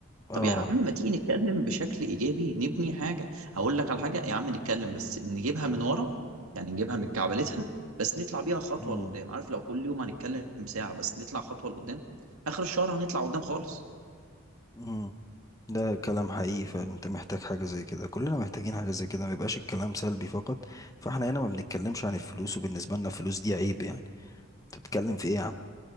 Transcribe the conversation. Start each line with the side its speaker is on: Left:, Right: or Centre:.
Left: اه
Right: طب يا عم ما تيجي نتكلم بشكل ايجابي نبني حاجه هقول لك على حاجه يا عم نتكلم بس نجيبها من ورا يعني نجيبها من كعبلتها بس نطلع بيها خطوه
Left: مم.
Right: لقدام عارف لو كل يوم هنتكلم ساعه بس نطلع خطوه لقدام اخر الشهر هنطلع قدام خالص
Left: مم. ده كلام حقيقي فانت محتاج حاجة زي كده كلنا محتاجين حاجة زي كده ما يبقاش الكلام سلبي فقط فاحنا هنا ما بنتكلمش عن الفلوس وبالنسبة لنا الفلوس دي عيب يعني انت بتتكلم في ايه يا عم